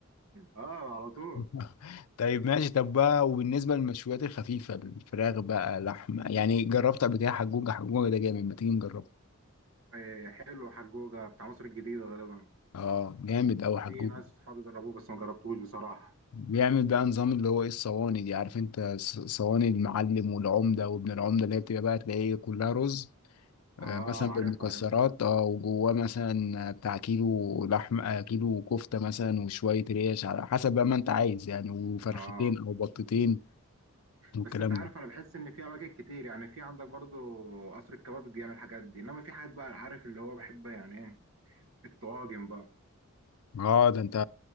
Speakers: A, on the right; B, on the left.
A: اه على طول
B: <laughs> طيب ماشي طب بقى وبالنسبة للمشويات الخفيفة الفراخ بقى لحمة يعني جربت قبل كده حجوجة حجوجة ده جامد ما تيجي نجربه
A: إيه حلو حجوجة بتاع مصر الجديدة غالبا
B: اه جامد أوي حجوجة
A: في ناس صحابي جربوه بس ما جربتوش بصراحة
B: بيعمل بقى نظام اللي هو ايه الصواني دي عارف انت ص- صواني المعلم والعمدة وابن العمدة اللي هي بتبقى بقى تلاقيه كلها رز آه،
A: اه
B: مثلا بالمكسرات
A: عارف عارف
B: اه وجواه مثلا بتاع كيلو لحمة آه، كيلو كفتة مثلا وشوية ريش على حسب بقى ما انت عايز يعني وفرختين
A: اه
B: او بطتين والكلام
A: بس انت عارف
B: ده
A: انا بحس ان في اماكن كتير يعني في عندك برضو قصر الكباب بيعمل الحاجات دي انما في حاجات بقى عارف اللي هو بحب يعني ايه الطواجن بقى
B: اه ده انت